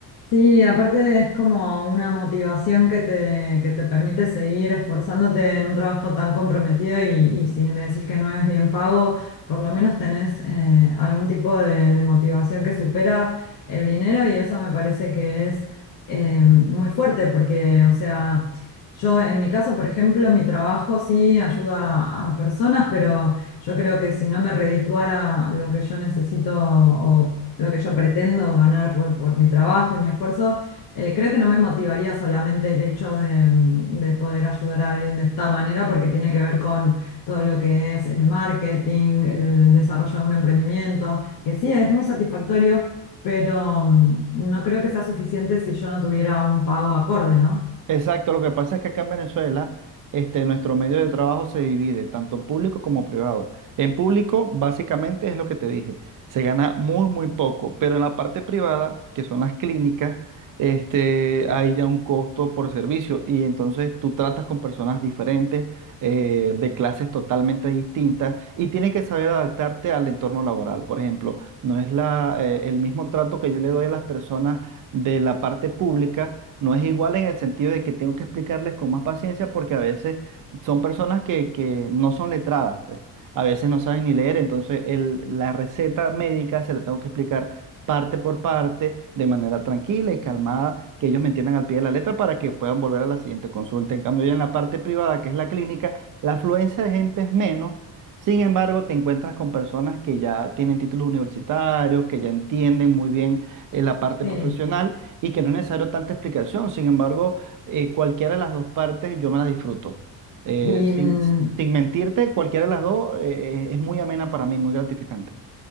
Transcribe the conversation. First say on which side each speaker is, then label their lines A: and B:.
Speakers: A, on the left; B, on the right.
A: Sí, aparte es como una motivación que te, que te permite seguir esforzándote en un trabajo tan comprometido y, y si me decís que no es bien pago, por lo menos tenés eh, algún tipo de, de motivación que supera el dinero y eso me parece que es eh, muy fuerte porque, o sea, yo en mi caso, por ejemplo, mi trabajo sí ayuda a personas, pero yo creo que si no me redituara lo que yo necesito o lo que yo pretendo ganar por, por mi trabajo y mi esfuerzo, eh, creo que no me motivaría solamente el hecho de, de poder ayudar a alguien de esta manera, porque tiene que ver con todo lo que es el marketing, el desarrollo de un emprendimiento, que sí es muy satisfactorio, pero mm, no creo que sea suficiente si yo no tuviera un pago acorde, ¿no?
B: Exacto, lo que pasa es que acá en Venezuela, este, nuestro medio de trabajo se divide tanto público como privado. En público, básicamente es lo que te dije, se gana muy, muy poco, pero en la parte privada, que son las clínicas, este, hay ya un costo por servicio y entonces tú tratas con personas diferentes, eh, de clases totalmente distintas y tienes que saber adaptarte al entorno laboral. Por ejemplo, no es la, eh, el mismo trato que yo le doy a las personas de la parte pública no es igual en el sentido de que tengo que explicarles con más paciencia porque a veces son personas que, que no son letradas, pues. A veces no saben ni leer, entonces el- la receta médica se la tengo que explicar parte por parte, de manera tranquila y calmada, que ellos me entiendan al pie de la letra para que puedan volver a la siguiente consulta. En cambio, ya en la parte privada, que es la clínica, la afluencia de gente es menos. Sin embargo, te encuentras con personas que ya tienen títulos universitarios, que ya entienden muy bien eh, la parte
A: Sí.
B: profesional y que no es necesario tanta explicación. Sin embargo, eh, cualquiera de las dos partes yo me las disfruto. Eh,
A: Y mm,
B: sin, sin mentirte, cualquiera de las dos eh, es muy amena para mí, muy gratificante.